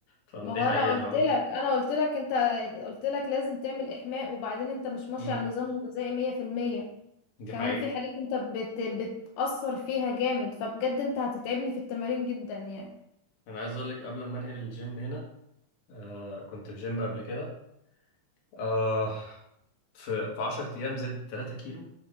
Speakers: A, on the left; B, on the left.
A: فأنا
B: ما
A: دي
B: هو
A: حقيقة
B: انا قلت
A: أنا ما عملت
B: لك انا قلت لك انت قلت لك لازم تعمل احماء وبعدين انت مش ماشي
A: مم.
B: على النظام الغذائي 100%
A: دي
B: كمان
A: حقيقة
B: في حاجات انت بت... بتأثر فيها جامد فبجد انت هتتعبني في التمارين جدا يعني
A: أنا عايز أقول لك قبل ما أنقل الجيم هنا آه كنت في جيم قبل كده آه في في 10 ايام زدت 3 كيلو